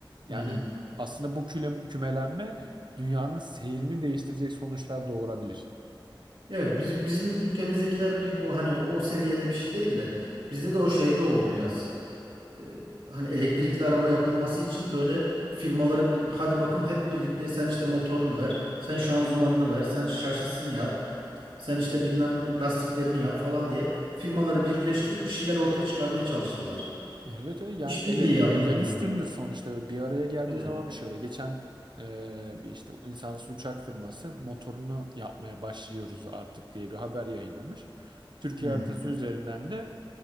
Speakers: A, on the right; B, on the right.
A: Yani
B: Aynen.
A: aslında bu külem- kümelenme dünyanın seyrini değiştirecek sonuçlar doğurabilir.
B: Evet biz, bizim ülkemizdekiler pek o hani o seviyede bir şey değil de bizde de o şeyde oldu biraz. e, hani elektrikli araba yapılması için böyle firmaları bir- hadi bakın hep birlikte sen işte motorunu ver, sen şanzımanını ver, sen şasisini yap, sen işte bilmem lastiklerini yap falan diye firmaları birleştirip bir şeyler ortaya çıkarmaya çalıştılar.
A: Evet, evet. yani
B: İşbirliği
A: el, el
B: yaptılar
A: elden üstündür
B: yani.
A: sonuçta. Bir araya geldiği
B: Tabii.
A: zaman bir şey oluyor. Geçen e, bir işte insansız uçak firması motorunu yapmaya başlıyoruz artık diye bir haber yayınlamış. Türkiye
B: Hı.
A: haritası üzerinden de